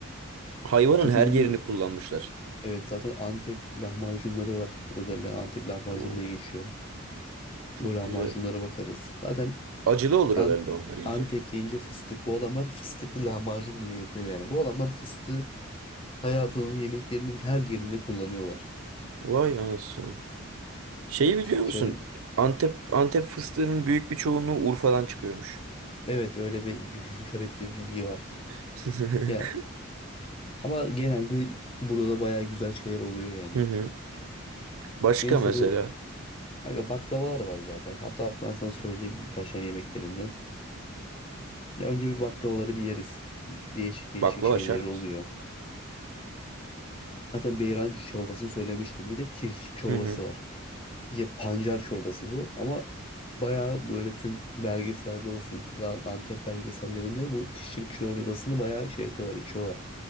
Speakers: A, on the right; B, on the left.
A: Hayvanın
B: Çok
A: her
B: ünlü
A: yerini kullanmışlar.
B: evet zaten Antep lahmacunları var. Özellikle Antep lahmacun
A: Oo,
B: diye geçiyor.
A: çok
B: O lahmacunlara
A: güzel.
B: bakarız. Zaten
A: Acılı olur
B: An-
A: herhalde onlar iyice.
B: Antep deyince fıstık. Bu adamlar fıstıklı lahmacun bile yapıyor yani. Bu adamlar fıstığı hayatının yemeklerinin her yerinde kullanıyorlar.
A: Vay anasını. Şeyi biliyor
B: Şöyle
A: musun? Antep Antep fıstığının büyük bir çoğunluğu Urfa'dan çıkıyormuş.
B: evet öyle bir <laughs> garip de bir bilgi var.
A: <laughs>
B: Ya Ama genelde burada da bayağı güzel şeyler oluyor yani.
A: Hı hı. Başka
B: Neyse
A: mesela
B: bu kanka baklavalar var zaten. Hatta bak ben sana söyleyeyim birkaç tane yemeklerinden. Ya önce bir baklavaları bir yeriz. Değişik değişik
A: baklava
B: şeyleri
A: şart.
B: oluyor. Zaten beyran çorbasını söylemiştim. Bir de tirş çorbası
A: Hı hı.
B: var. Ya pancar çorbası bu ama bayağı böyle tüm belgesellerde olsun Gal- Antep belgesellerinde bu tirş çorbasını bayağı şey yapıyorlar, içiyorlar.